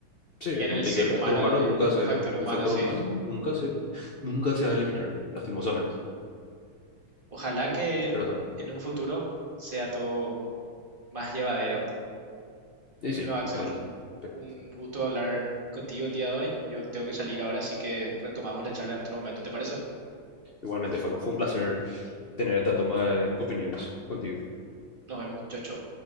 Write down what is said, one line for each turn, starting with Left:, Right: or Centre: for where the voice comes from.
Left: Sí,
Right: en
Left: como
Right: el
Left: te
Right: ser
Left: dije, el
Right: humano,
Left: factor humano
Right: el, el-
Left: nunca se,
Right: el factor humano,
Left: el factor
Right: sí.
Left: humano nunca se, nunca se va a eliminar, lastimosamente.
Right: Ojalá que
Left: Perdón.
Right: en un futuro sea todo más llevadero.
Left: Y sí,
Right: Bueno, Axel,
Left: ojalá. Pero
Right: Un gusto hablar contigo el día de hoy. Yo tengo que salir ahora, así que retomamos la charla en otro momento, ¿te parece?
Left: igualmente, Facu, fue un placer tener esta toma de opiniones contigo.
Right: Nos vemos. Chau, chau.